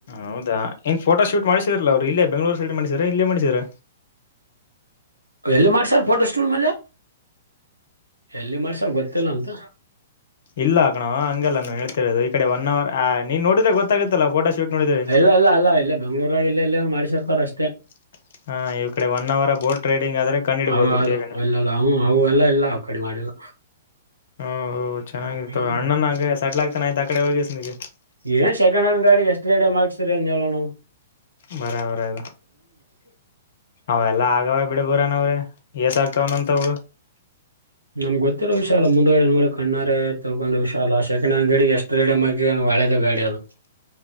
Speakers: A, on the left (about 55°); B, on the right (about 80°).
A: ಹೌದಾ ಏನ್ ಫೋಟೋ ಶೂಟ್ ಮಾಡಿಸಿದ್ರಲ್ಲ ಅವ್ರು ಇಲ್ಲೇ ಬೆಂಗ್ಗಳೂರು ಸೈಡ್ ಮಾಡಿಸರ ಇಲ್ಲೇ ಮಾಡಿಸರ
B: ಎಲ್ಲಿ ಮಾಡ್ಸರ್ ಫೋಟೋ ಸ್ಟೂಡ ಮೇಲೆ ಎಲ್ಲಿ ಮಾಡ್ಸರ್ ಗೊತ್ತಿಲ್ಲ ಅಂತ
A: ಇಲ್ಲಾಕನೋವ ಹಂಗೆಲ್ಲ ನಾನ ಹೇಳ್ತಿರೋದು ಈ ಕಡೆ ಒನ್ ಅವರ್ ನೀನ್ ನೋಡಿದ್ರೆ ಗೊತ್ತಾಗುತ್ತಲ್ಲ ಫೋಟೋ ಶೂಟ್ ನೋಡಿದ್ರೆ
B: ಇಲ್ಲ ಇಲ್ಲ ಅಲ್ಲ ಇಲ್ಲ ಬೆಂಗ್ಳೂರಾಗಿ ಇಲ್ಲ ಎಲ್ಲ ಮಾಡಿಸಿರ್ತಾರ ಅಷ್ಟೇ
A: <inaudible> ಹಾ ಈವ ಕಡೆ ಒನ್ ಅವರ್ ಬೋಟ್ ರೈಡಿಂಗ್ ಆದ್ರೆ ಕಂಡ ಹಿಡಿಬಹದು
B: ಅವ ಅಲ್ಲ
A: ಬೇಗನೆ
B: ಇಲ್ಲಲ್ಲ ಅವು ಅವು ಎಲ್ಲ ಇಲ್ಲ ಅವ್ ಕಡೆ ಮಾಡಿಲ್ಲ
A: ಓ ಹೋ ಚೆನ್ನಾಗಿತ್ತು
B: ಹ್ಮ್
A: ಅಣ್ಣನ್ರ ಸೆಟ್ಲ ಆಗ್ತಾನೆ ಆಯ್ತ ಆ ಕಡೆ ಹೋಗಿ ಸುಮ್ನಾಗೆ
B: ಏನ್ ಸೆಕೆಂಡ್ ಹ್ಯಾಂಡ್ ಗಾಡಿ ಎಷ್ಟ ಗಾಡಿ ಮಾಡಿಗಿಸಿ ನೋಡೋಣ
A: ಬರೊಬರ ಅದು ಅವೆಲ್ಲಾ ಆಗವ ಬಿಡ್ ಬೋರಾನ್ ಅವ್ರೆ ಎಸ ಆಗ್ತಾವ ಅಂತಾವು
B: ನಮ್ ಗೊತ್ತಿರೋ ವಿಷಯಲ್ಲ ಮುಂದಡೆ ನೋಡಿ ಕಣ್ಣಾರೆ ತಕೊಂಡು ವಿಷ ಅಲ್ಲ ಸಕೆಂಡ್ ಹ್ಯಾ ಗಡಿಗೆ ಎಷ್ಟ ಹಳೆದ ಗಾಡಿ ಅದು